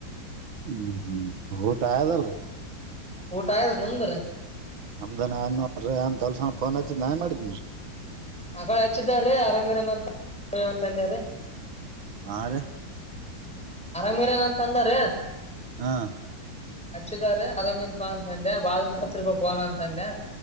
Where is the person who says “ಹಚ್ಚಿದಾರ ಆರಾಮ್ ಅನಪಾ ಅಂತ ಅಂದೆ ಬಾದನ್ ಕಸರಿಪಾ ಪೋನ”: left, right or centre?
Centre